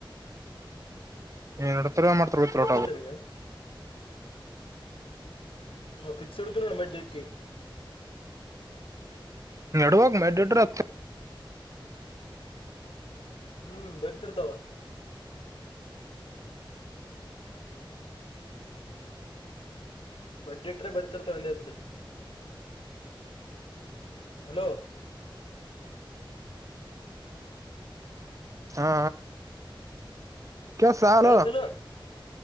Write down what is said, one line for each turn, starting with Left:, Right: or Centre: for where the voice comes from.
Right: ನೀ ನೋಡ್ತರ್ವ ಮಾಡ್ತರ್ಬೇಕೋಟ
Left: ಗೊತ್ತಿಲ್ಲ ನನ್ಗೆ ಹ ಪಿಕ್ಸ್ ಎಡ್ತ ನ ಮತಿ
Right: ನಡವಕ್ ಮ ದಡ್ ರ ಹತ್
Left: ಹ್ಮ್ ಬರ್ತಿರ್ತಾವ ಮಡ್ಡಿಟ್ರೆ ಬರ್ತಿರ್ತ ಒಂದ ಹತ್ತು ಹಲೋ
Right: ಹಾ ಕೆ ಸಾಲ
Left: ಕೇಳ್ದಿಲ್ಲ